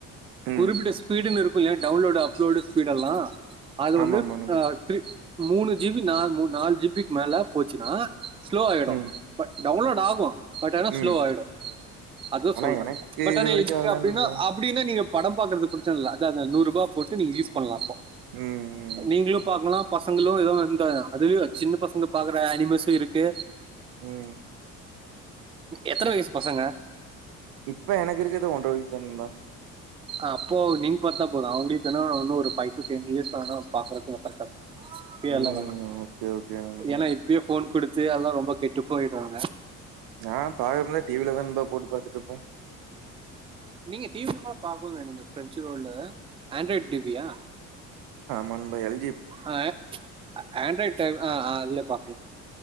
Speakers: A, on the right (about 15°); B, on the right (about 80°).
A: குறிப்பிட்ட
B: ம்.
A: ஸ்பீடுன் இருக் அப் ல டவுன்லோடு ஆப் குலோடு ஸ்பீடெல்லா அது
B: ஆமா
A: வந்து
B: ஆமா நண்பா.
A: அ த்ரி மூணு ஜி பி நா மு நாலு ஜி பிக் மேல போச்சுனா ஸ்லோ ஆய்டு
B: ம்.
A: பட் டவுன்லோடு ஆகு பட் ஆனா
B: ம்.
A: ஸ்லோவ் ஆயிடு அது
B: ஆனா
A: சொல்ற
B: எனக்கு
A: பட்
B: இது
A: ஆனா
B: வரைக்கும்
A: இ நீங்க
B: ஆகல
A: அப்டின்னா
B: நண்பா.
A: அப்புடின்னு நீங்க படம் பாக்றது பிரச்சனல்ல அது அத நூறுபா போட்டு நீ யூஸ் பண்ணலா அப்போ
B: ம். ம்.
A: நீங்களு பாக்கலா பசங்களு எதொ இந்த அதுலயு சின்ன பசங்க பாக்குற ஆனிமஸு இருக்கு
B: ம்
A: எத்தன வயசு பசங்க
B: இப்ப எனக்கிருக்கறது ஒன்ற வயசுதா நண்பா
A: அஹ் அப்போ நீங் பாத்தா போது அவங்களுக்குனா இன்னு ஒரு ஃபைவ் டு டென் இயர்ஸ் ஆனா பாக்கரதுக்கு கரெக்டா இருக்கு இப்பயெல்லா
B: ம்
A: வேணா
B: ஓகே ஓகே நண்பா
A: ஏனா இப்பயே போன் குடுத் து அதுல்லா ரொம்ப கெட்டு போய்ராங்க
B: நா பாக்குறதுனா டி வி லதா நண்பா போட்டு பாத்துட்டு இருப்ப
A: நீங்க டி வி ல பா பாக்கனு நீங்க பிரென்ச்சு ரோல் ஆண்ட்ராய்டு டிவியா
B: மண்பயல்
A: ஆஹ் ஆண்ட்ராய்டு டைப் அ அதுல பாக்கலாம்